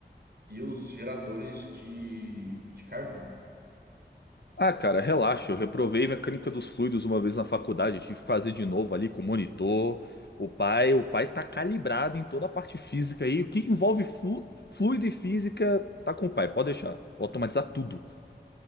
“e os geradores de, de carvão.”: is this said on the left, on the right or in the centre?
Right